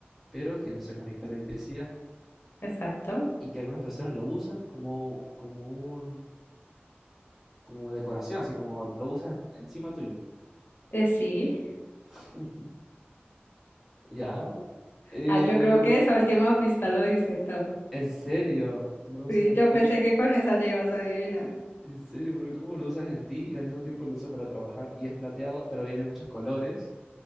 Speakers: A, in the centre; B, on the left.
A: pero que no se conecta a la electricidad
B: Exacto.
A: y que algunas personas lo usan como, como un, como decoración, así como lo usan encima tuyo.
B: Eh, sí.
A: <laughs> Ya, eh,
B: Ah, yo creo que esa última pista lo dice todo.
A: en serio, lo usas
B: Sí,
A: en
B: yo
A: ti.
B: pensé que con esa ya ibas a adivinar.
A: En serio, pero ¿cómo lo usas en ti y al mismo tiempo lo usas para trabajar? Y es plateado, pero viene en muchos colores.